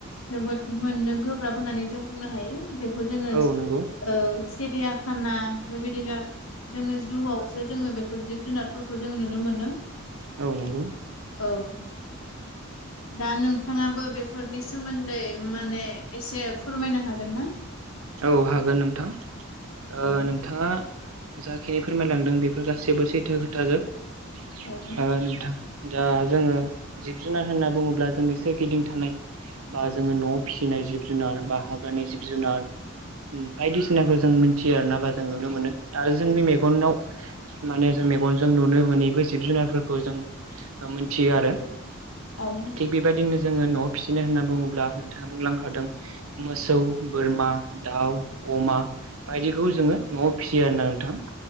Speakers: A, on the left; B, on the right.
A: जोबोद मोननो गोब्राब होननानै जों बुंनो हायो बेखौ जोंङो
B: औ नंगौ
A: औ सिरियाखाना बेबायदिनो जोङो जुआवसो जोङो बेफोर जिब जुनारफोरखौ जों नुनो मोनो।
B: औ नंगौ
A: औ
B: <inaudible>
A: दा नोंथाङाबो बेफोरनि सोमोन्दै माने एसे फोरमायनो हागोन ना
B: औ हागोन नोंथां
A: औ
B: ओ नोंथाङा जाखिनि फोरमायलांदों बेफोर गासैबो सैथो खोथाजोब
A: औ
B: ओ नोंथां दा जोङो जिब जुनार होनना बुङोब्ला जोंनि सोरगिदिं थानाय बा जोङो न'आव फिसिनाय जिब जुनार बा हाग्रानि जिब जुनार बायदिसिनाखौ जों मिथियो आर ना बा जों नुनो मोनो आरो जोंनि मेगनाव माने जों मेगन गनजों नुनो मोनैबो जिब जुनारफोरखौ जों मिथियो आरो
A: औ
B: थिग बेबायदिनो जोङो न'आव फिसिनो होनना बुङोब्ला नोंथाङा बुंलांखादों मोसौ बोरमा दाउ अमा बायदिखौ जोङो न'आव फिसियो आरोना नोंथां